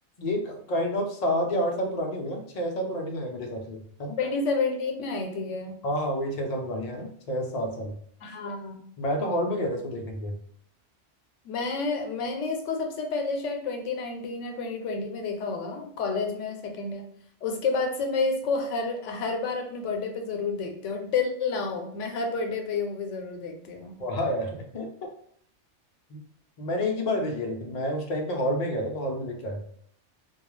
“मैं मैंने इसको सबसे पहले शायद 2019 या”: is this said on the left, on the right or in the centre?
Left